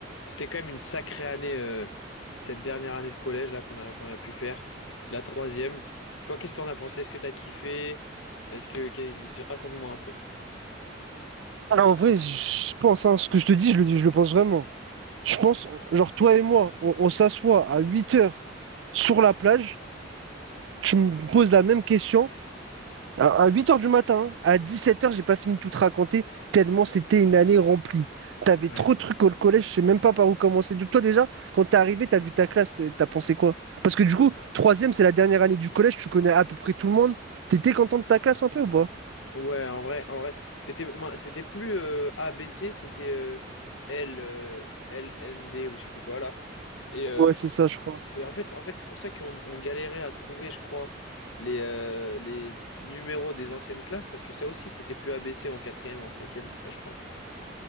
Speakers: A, on the left; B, on the right.
A: C'était quand même une sacrée année, euh, cette dernière année de collège là qu'on a, qu'on a pu faire, la troisième. Toi, qu'est-ce que t'en as pensé? Est-ce que t'as kiffé? Est-ce que, qu'est- raconte-moi un peu.
B: Ah, en vrai, je pense, hein, ce que je te dis, je le dis, je le pense vraiment. Je pense, genre, toi et moi, on, on s'assoit à 8 heures sur la plage, tu me poses la même question, à, à 8 heures du matin, hein, à sept heures, j'ai pas fini de tout te raconter, tellement c'était une année remplie. T'avais
A: Ouais.
B: trop de trucs au collège, je sais même pas par où commencer. De- Toi, déjà, quand t'es arrivé, t'as vu ta classe, t'es- t'as pensé quoi? Parce que du coup, troisième, c'est la dernière année du collège, tu connais à peu près tout le monde. T'étais content de ta classe un peu ou pas?
A: Ouais, en vrai, en vrai, c'était, moi, c'était plus euh, A B C c'était euh, L, euh, L N D ou je sais plus quoi là. Et, euh,
B: Ouais, c'est ça, je crois.
A: et en fait, en fait, c'est pour ça qu'on on galérait à trouver, je crois, les, euh, les numéros des anciennes classes parce que ça aussi, c'était plus A B C en quatrième, en cinquième, tout ça, je crois.